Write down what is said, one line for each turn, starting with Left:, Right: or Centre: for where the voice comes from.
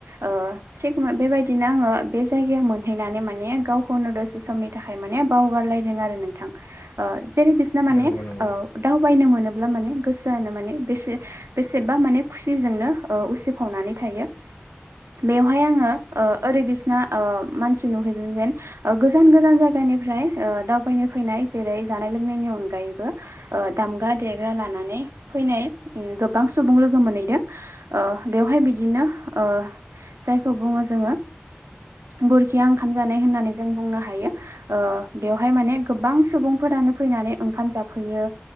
Right: ओ थिग बेबायदिनो आङो बे जायगायाव मोनहैनानै माने गावखौनो दसे समनि थाखाय माने बावगारलायदों आरो नोंथां। ओ जेरै बिसिना माने
Left: नंगौ नंगौ
Right: ओ
Left: औ
Right: दावबायनो मोनोब्ला माने गोसोआनो माने बेसे बेसेबा माने खुसिजोंनो उसिफावनानै थायो। बेवहाय आङो ओ ओरै बिसिना ओ मानसि नुहैदों जेन गोजान गोजान जायगानिफ्राय ओ दावबायनो फैनाय जेरै जानाय लोंनायनि अनगायैबो ओ दामग्रा देग्रा लानानै फैनाय गोबां सुबुं लोगो मोनहैदों। ओ बेयावहाय बिदिनो ओ जायखौ बुङो जोङो बरखिया ओंखाम जानाय होननानै जों बुंनो हायो ओ बेवहाय माने गोबां सुबुंफोरानो फैनानै ओंखाम जाफैयो